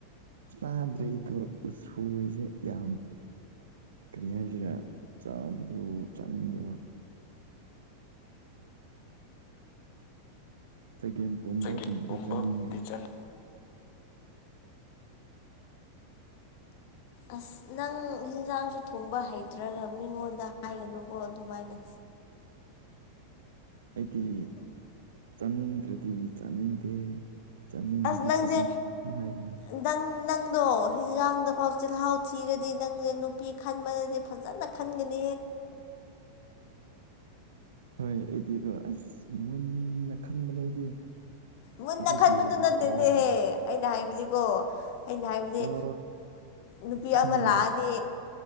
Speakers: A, on the right; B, on the left.
A: ꯆꯥꯗ꯭ꯔꯤꯗꯣ ꯎꯁꯣꯏꯁꯦ ꯌꯥꯝ ꯀꯔꯤ ꯍꯥꯏꯁꯤꯔꯦ ꯆꯥꯕꯗꯨ ꯆꯥꯅꯤꯡꯗꯕ ꯆꯒꯦꯝ ꯄꯣꯝꯕꯒꯨꯝꯕꯗꯤ
B: ꯑꯩꯒꯤ ꯊꯣꯡꯕ
A: ꯆꯥꯅꯤꯡꯉꯦ
B: ꯀꯤꯠꯆꯟ ꯑꯁ ꯅꯪ ꯌꯦꯟꯁꯥꯡꯁꯨ ꯊꯣꯡꯕ ꯍꯩꯇ꯭ꯔꯒ ꯃꯤꯉꯣꯟꯗ ꯍꯥꯏꯒꯅꯨꯀꯣ
A: <inaudible>
B: ꯑꯗꯨꯃꯥꯏꯅ
A: ꯑꯩꯗꯤ ꯆꯥꯅꯤꯡꯗ꯭ꯔꯗꯤ ꯆꯥꯅꯤꯡꯗꯦ ꯆꯠꯅꯤꯡꯉꯗꯤ
B: ꯑꯁ ꯅꯪꯁꯦ
A: ꯆꯠꯅꯤꯡꯉꯦ ꯑꯗꯨ ꯍꯥꯏꯕꯅꯦ
B: ꯅꯪ ꯅꯪꯗꯣ ꯍꯤꯟꯖꯥꯡꯗ ꯐꯥꯎ ꯆꯤꯜꯍꯥꯎ ꯊꯤꯔꯗꯤ ꯅꯪꯁꯦ ꯅꯨꯄꯤ ꯈꯟꯕꯅꯗꯤ ꯐꯖꯅ ꯈꯟꯒꯅꯤ
A: <unintelligible> ꯍꯣꯏ ꯑꯩꯗꯤꯀꯣ ꯑꯁ ꯃꯨꯟꯅ ꯈꯪꯕꯅꯦ ꯑꯩꯗꯤ
B: ꯃꯨꯟꯅ
A: ꯑꯗꯨꯒꯤ
B: ꯈꯟꯕꯗꯨ
A: ꯍꯧꯖꯤꯛ
B: ꯅꯠꯇꯦꯅꯦꯍꯦ
A: ꯐꯥꯎ
B: ꯑꯩꯅ ꯍꯥꯏꯕꯗꯤꯀꯣ ꯑꯩꯅ ꯍꯥꯏꯕꯗꯤ
A: ꯑꯣ
B: ꯅꯨꯄꯤ
A: ꯈꯟꯗ꯭ꯔꯥ
B: ꯑꯃ ꯂꯥꯛꯑꯅꯤ